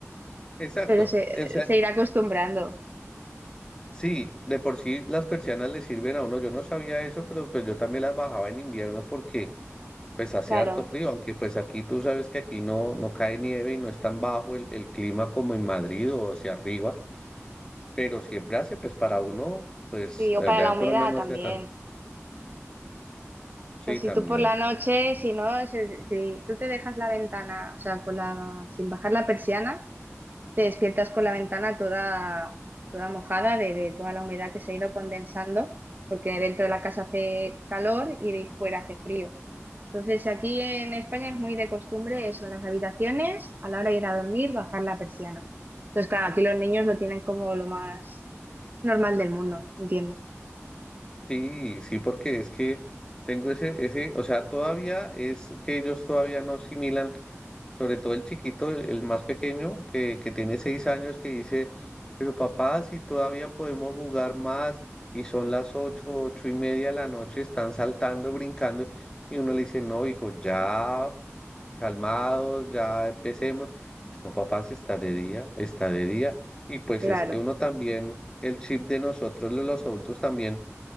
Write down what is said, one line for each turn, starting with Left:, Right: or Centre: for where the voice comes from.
Left: exacto.
Right: pero se,
Left: O sea,
Right: se irá acostumbrando.
Left: sí, de por sí las persianas le sirven a uno. Yo no sabía eso, pero pues yo también las bajaba en invierno porque pues hace
Right: Claro,
Left: harto frío, aunque pues aquí tú sabes que aquí no, no cae nieve y no es tan bajo el, el clima como en Madrid o hacia arriba. pero siempre hace, pues para uno, pues
Right: sí, o
Left: allá
Right: para la
Left: en
Right: humedad
Left: Colombia no
Right: también.
Left: hace tanto. Sí,
Right: O sea, si
Left: también.
Right: tú por la noche, si no, se- si, tú te dejas la ventana, o sea, con la, sin bajar la persiana, te despiertas con la ventana toda, toda mojada de, de toda la humedad que se ha ido condensando, porque dentro de la casa hace calor y de fuera hace frío. Entonces, aquí en España es muy de costumbre eso, en las habitaciones, a la hora de ir a dormir, bajar la persiana. Entonces, claro, aquí los niños lo tienen como lo más normal del mundo, entiendo.
Left: Sí, sí, porque es que tengo ese, ese, o sea, todavía es que ellos todavía no asimilan, sobre todo el chiquito, el, el más pequeño, que, que tiene seis años, que dice, pero papá, si todavía podemos jugar más, y son las ocho, ocho y media de la noche, están saltando, brincando, y uno le dice, no, hijo, ya calmados, ya empecemos. No, papá, si está de día, está de día. Y pues
Right: Claro,
Left: es que uno también, el chip de nosotros, de los adultos también